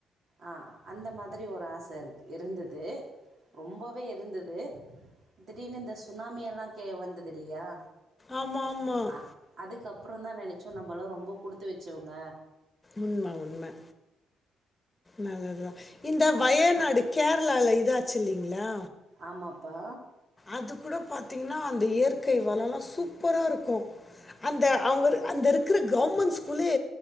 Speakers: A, on the right; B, on the left.
A: ஆ அந்த மாதிரி ஒரு ஆச இரு க்கு இருந்துது ரொம்பவே இருந்துது திடீர்னு இந்த சுனாமியல்லா கே வந்தது இல்லையா?
B: ஆமாம் ஆமாம்
A: ஆ அதுக்கப்புறோந்தா நெனச்சோ நம்பல்லா ரொம்போ குடுத்து வச்சவங்க
B: உண்ம உண்ம நல்லதுதா இந்த
A: அ
B: வயநாடு கேரளால இதா ச்சு இல்லைங்களா?
A: ஆமாப்பா
B: அது கூட பாத்தீங்கன்னா அந்த இயற் கை வளோ எல்லா சூப்பரா இருக்கு அந்த அவங்க ஒரு அந்த இரு க்கிற கவர்மெண்ட் ஸ்கூலே